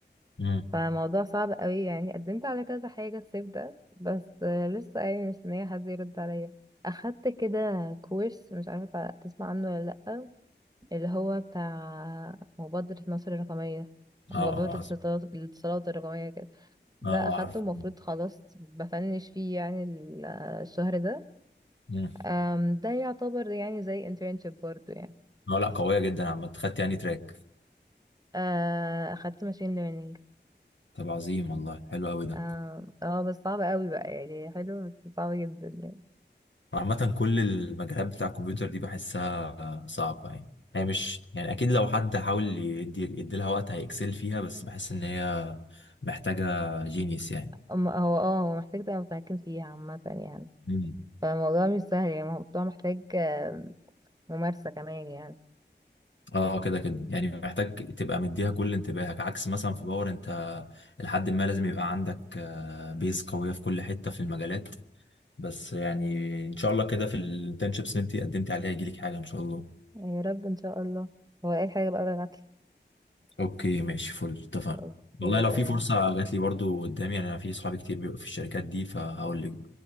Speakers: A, on the left; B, on the right.
A: امم
B: فالموضوع صعب قوي يعني قدمت على كذا حاجة الصيف ده بس آه، لسه يعني مستنية حد يرد عليا اخدت كده كورس مش عارفة تع- تسمع عنه ولا لأ اللي هو بتاع مبادرة مصر الرقمية
A: اه
B: مبادرة الاتصالات
A: اه
B: الاتصالات الرقمية كده ده
A: اه آه،
B: اخدته
A: عارف
B: المفروض خلاص بفنش فيه يعني ال- آه، الشهر ده
A: مم.
B: آم، ده يعتبر يعني زي internship برضو يعني
A: اه لا قوية جدا عامة خدت يعني تراك
B: آه، اخدت ماشين learning
A: طب عظيم والله حلو قوي ده
B: اه اه بس صعب قوي بقى يعني حلو بس صعب جدا يعني
A: عامة كل المجالات بتاع الكمبيوتر دي بحسها صعبة يعني هي مش يعني أكيد لو حد حاول يدي يدي لها وقت هيكسل فيها بس بحس إن هي محتاجة جينيس يعني
B: اما هو اه هو محتاج تبقى متمكن فيها عامة يعني
A: مم.
B: فالموضوع مش سهل يعني الموضوع محتاج آه، ممارسة كمان يعني
A: اه كده كده يعني محتاج تبقى مديها كل انتباهك عكس مثلا في باور انت لحد ما لازم يبقى عندك آه، بيز قوية في كل حتة في المجالات بس يعني ان شاء الله كده في الانترنشيبس اللي انت قدمتي عليها يجيلك حاجة ان شاء الله
B: يا رب ان شاء الله هو اي حاجة بقى بالعدل
A: اوكي ماشي فل اتفقنا
B: اوكي
A: والله لو
B: تمام
A: في فرصة جات لي برضو قدامي يعني انا في صحابي كتير بيبقوا في الشركات دي فهقول لك